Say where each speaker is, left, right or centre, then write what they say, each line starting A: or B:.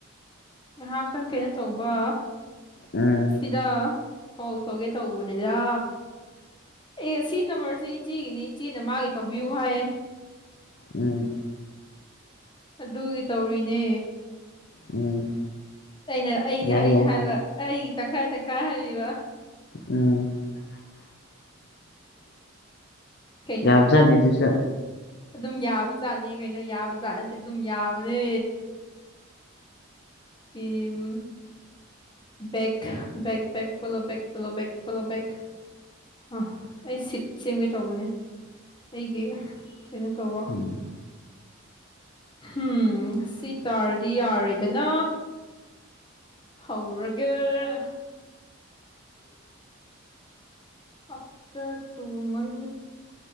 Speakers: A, on the left; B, on the left.
A: ꯉꯥꯏꯍꯥꯛꯇꯪ ꯀꯩꯅꯣ ꯇꯧꯕ
B: ꯎꯝ
A: ꯁꯤꯗ ꯀꯣꯜ ꯇꯧꯒꯦ ꯇꯧꯕꯅꯤꯗ ꯑꯦ ꯁꯤ ꯅꯝꯕꯔꯁꯦ ꯏꯆꯦꯒꯤꯅꯤ ꯏꯆꯦꯅ ꯃꯥꯒꯤ ꯇꯧꯕꯤꯌꯨ ꯍꯥꯏꯌꯦ
B: ꯎꯝ
A: ꯑꯗꯨꯒꯤ ꯇꯧꯔꯤꯅꯦ
B: ꯎꯝ
A: ꯑꯩꯅ ꯑꯩꯅꯦ
B: ꯌꯥꯏ
A: ꯑꯩꯅ
B: ꯌꯥꯏ
A: ꯍꯥꯏꯕ ꯑꯩ ꯇꯪꯈꯥꯏ ꯇꯪꯈꯥꯏ ꯍꯥꯏꯕꯤꯕ
B: ꯎꯝ
A: ꯀꯩꯅꯣ
B: ꯌꯥꯕꯖꯥꯠꯅꯤ ꯑꯗꯨꯁꯨ
A: ꯑꯗꯨꯝ ꯌꯥꯕ ꯖꯥꯠꯅꯦ ꯀꯩꯅꯣ ꯌꯥꯕ ꯖꯥꯠꯅꯤ ꯅꯠꯇꯦ ꯑꯗꯨꯝ ꯌꯥꯕꯅꯦ ꯏꯝ bag bag follow bag follow bag follow bag ꯑ ꯑꯩ ꯁꯤꯠ ꯁꯦꯝꯒꯦ ꯇꯧꯕꯅꯦ ꯑꯩꯒꯤ ꯀꯩꯅꯣ ꯇꯧꯕ
B: ꯎꯝ
A: ꯎꯝ ꯁꯤ ꯇꯥꯔꯗꯤ ꯌꯥꯔꯦꯗꯅ ꯍꯧꯔꯒꯦ ꯑꯥꯐꯇꯔ ꯇꯨ ꯃꯟ